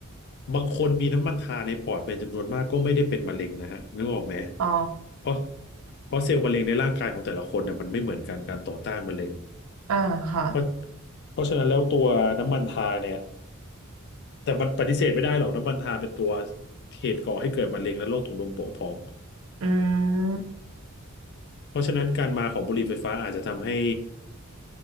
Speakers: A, on the left; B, on the right.
A: บางคนมีน้ำมันทาในปอดเป็นจำนวนมากก็ไม่ได้เป็นมะเร็งนะฮะนึกออกไหม
B: อ๋อ
A: เพราะเพราะเซลล์มะเร็งในร่างกายของแต่ละคนเนี่ยมันไม่เหมือนกันการต่อต้านมะเร็ง
B: อ่าค่ะ
A: เพราะเพราะฉะนั้นแล้วตัวน้ำมันทาเนี่ย แต่มันปฏิเสธไม่ได้หรอกน้ำมันทาเป็นตัวเหตุก่อให้เกิดมะเร็งและโรคถุงลมโป่งพอง
B: อืม
A: เพราะฉะนั้นการมาของบุหรี่ไฟฟ้าอาจจะทำให้